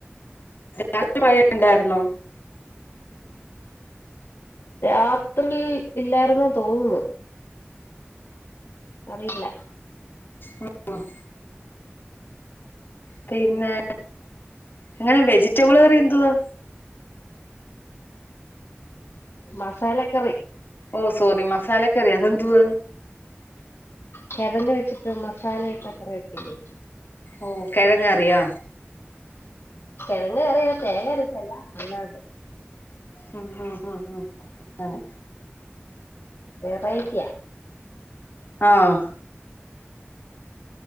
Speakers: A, on the left; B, on the left.
A: രാത്രി മഴഇണ്ടായിരുന്നോ
B: രാത്രിൽ ഇല്ലായിരുന്ന തോന്നുന്നത് അറിയില്ല
A: ഉം പിന്നെ ങ്ങനെ വെജിറ്റബിൾ കറി എന്തുവാ
B: മസാലക്കറി
A: ഓഹ് സോറി മസാല കറി അതെന്തു വാ
B: കെഴങ്ങ് വെച്ചിട്ട് മസാലയിട്ട കറി വെക്കില്ലേ
A: ഓഹ് കെഴങ്ങാറിയാ
B: കെഴങ് കറിന്നെ തേങ്ങഅരച്ചല്ല. അല്ലാണ്ട്
A: ഹും ഹും ഹും ഹും ങ്ങനെ
B: വെറൈറ്റിയ
A: ആഹ്